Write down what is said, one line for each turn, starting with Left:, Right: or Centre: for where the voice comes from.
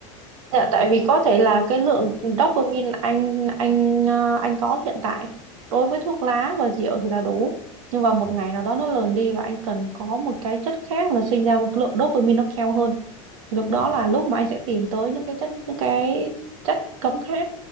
Right: Dạ, tại vì có thể là cái lượng dopamine anh anh ờ, anh có hiện tại đối với thuốc lá và rượu thì là đủ nhưng vào một
Left: Ừ,
Right: ngày nào đó nó lờn đi và anh cần có một cái chất khác là sinh ra một lượng dopamine nó cao hơn Thì lúc
Left: đúng
Right: đó
Left: rồi
Right: là lúc mà anh sẽ tìm tới những cái chất những cái chất cấm khác